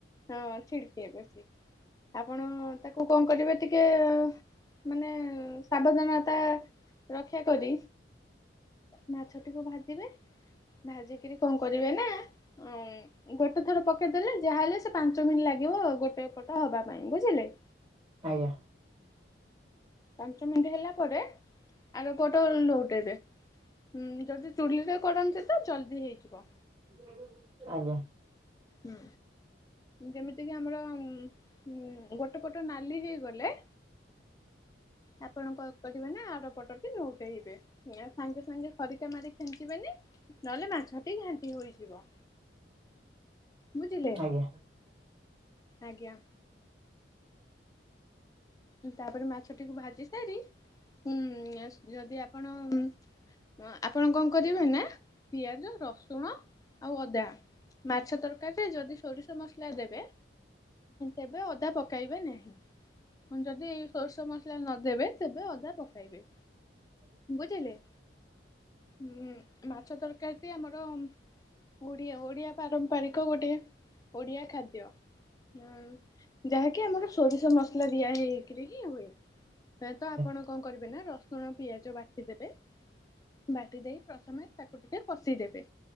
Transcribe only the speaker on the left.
ହଁ ଛିଡକେ ବେଶି। ଆପଣ ତାକୁ କଣ କରିବେ ଟିକେ ମାନେ ସାବଧାନତା ରକ୍ଷା କରି ମାଛଟିକୁ ଭାଜିବେ ଭାଜି କିରି କଣ କରିବେ ନା ଉଁ ଗୋଟେ ଥର ପକେଇଦେଲେ, ଯାହା ହେଲେ ସେ ପାଞ୍ଚ <unintelligible> ମିନିଟ୍ ଲାଗିବ ଗୋଟେ ପଟ ହବା ପାଇଁ ବୁଝିଲେ।
ପାଞ୍ଚ ମିନିଟ ହେଲା ପରେ ଆର ପଟ ଲଉଟେଇବେ। ଉଁ ଯଦି ଚୁଲିରେ କରନ୍ତି ତ ଜଲ୍ଦି ହେଇଯିବ।
ହୁଁ। ଯେମିତିକି ଆମର ଉଁ ଗୋଟେ ପଟ ନାଲି ହେଇଗଲେ ଆପଣଙ୍କ କରିବେ ନା ଆର ପଟ ବି ଲଉଟେଇବେ। ୟା ସାଙ୍ଗେ ସାଙ୍ଗେ ଖରିକା ମାରି ଖେଞ୍ଚିବେନି ନହେଲେ ମାଛଟି ଘାଣ୍ଟି ହୋଇଯିବ। ବୁଝିଲେ।
ଆଜ୍ଞା। ଉଁ ତାପରେ ମାଛଟିକୁ ଭାଜି ସାରି ଉଁ <unintelligible> ଯଦି ଆପଣ ଆଁ ଆପଣ କନ୍ କରିବେ ନା ପିଆଜ ରସୁଣ ଆଉ ଅଦା ମାଛ ତରକାରୀରେ ଯଦି ସୋରିଷ ମସଲା ଦେବେ, ତେବେ ଅଦା ପକାଇବେ ନାହିଁ। ହଁ ଯଦି ସୋରିଷ ମସ ଲା ନଦେବେ ତେବେ ଅଦା ପକାଇବେ। ବୁଝିଲେ? ହୁଁ ମାଛ ତରକାରୀଟି ଆମର ଓଡ଼ିଆ, ଓଡ଼ିଆ ପାରମ୍ପାରିକ ଗୋଟେ ଓଡ଼ିଆ ଖାଦ୍ୟ। <unintelligible> ଉଁ ଯାହାକି ଆମର ସୋରିଷ ମସଲା ଦିଆ ହେଇକିରି ହି ହୁଏ। ଏ ତ ଆପଣ
କନ୍ କରିବେ ନା ରସୁଣ ପିଆଜ ବାଟିଦେବେ। ବାଟିଦେଇ ପ୍ରଥମେ ତାକୁ ଟିକେ କଷିଦେବେ।